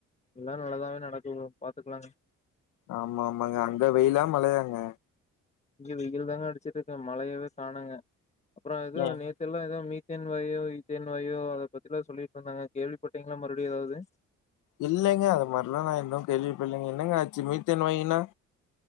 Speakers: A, on the left; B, on the left.
A: எல்லா நல்லதாவே நடக்கு பாத்துக்கலாங்க
B: ஆமா ஆமாங்க அந்த வெயிலா மழையாங்க
A: இங்க வெயில் தாங்க அடிச்சிட்டு இருக்கு மழையவே கானங்க அப்றோ இது
B: ஏன்?
A: நே ல்லா ஏதோ மீத்தேன் வாயு ஈத்தேன் வாயு அத பத்திலா சொல்லிட்டு இருந்தாங்க கேள்விப்பட்டீங்களன்னா மறுபடியு ஏதாவது
B: இல்லங்க அது மாதிரிலா நா இன்னு கேள்விப்பட்லங்க என்னங்க ஆச்சு மீத்தேன் வாயுனா